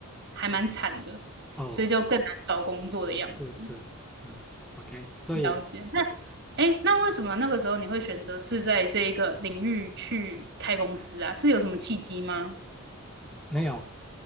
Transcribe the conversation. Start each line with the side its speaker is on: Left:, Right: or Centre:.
Right: 还蛮惨的，
Centre: 哦，
Right: 所以就更难找工作的样子。
Centre: 是是，嗯，OK，所以
Right: 了解。那哎，那为什么那个时候你会选择是在这一个领域去开公司啊？是有什么契机吗？
Centre: 没有，